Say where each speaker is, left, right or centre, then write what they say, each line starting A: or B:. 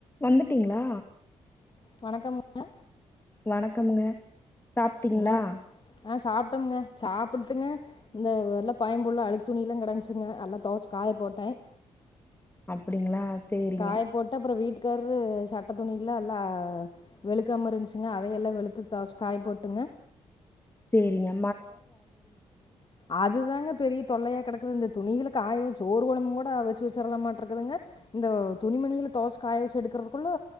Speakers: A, on the left (about 15°); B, on the left (about 35°).
A: வந்துட்டீங்களா
B: வணக்கமுங்க
A: வணக்கமுங்க சாப்பிட்டீங்களா
B: என்ன ஆ சாப்பட்டோம்ங்க சாப்படுட்டுங்க இந்த வெல்லாம் பயன்புள்ளை அழுக்கு துணியெ ல்லாம் கிடந்துச்சுங்க எல்லாம் தோவெச்சுசை காய போட்டேன்
A: அப்டிங்களா சேரிங்க
B: காய போட்டு அப்பறம் வீட்டு குக்கரு சட்ட துணியல்லாம் எல்லாம் வெளுக்காம இருந்துச்சுங்க அதைய எல்லாம் வெளுத்து துவச்ச காய போட்டுங்க
A: சேரியங்க
B: அதுதாங்க பெரிய தொல்லையா கெடக்குது இந்த துணிகளுக்கு காய வச்சு சோறு கொழம்பு கூட வச்சு வச்சுரலாமாட்டுருக்குதுங்க இந்த துணிமணிகில துவச்சு காய வச்சு எடுக்கிறதுக்குள்ள